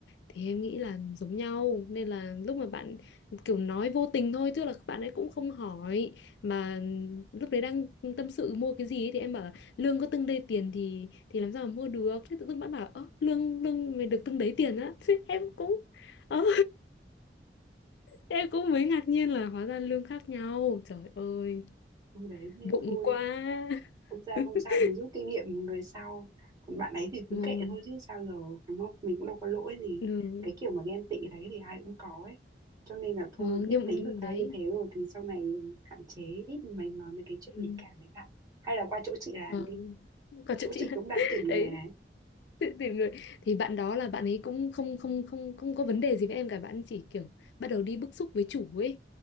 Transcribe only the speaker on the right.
Ừ, đấy nên
thôi
không ra
không sao mình rút kinh nghiệm người sau còn bạn ấy thì cứ
kệ thôi chứ sao giờ đúng không mình cũng đâu có lỗi gì
cái kiểu mà ghen tị đấy thì ai cũng có ấy cho nên là thôi
biết
tính người ta
như thế rồi thì sau này hạn chế ít mày nói mấy cái chuyện
nhạy cảm đấy lại hay là qua chỗ chị làm
đi
chỗ
chị
cũng đang
tuyển người
này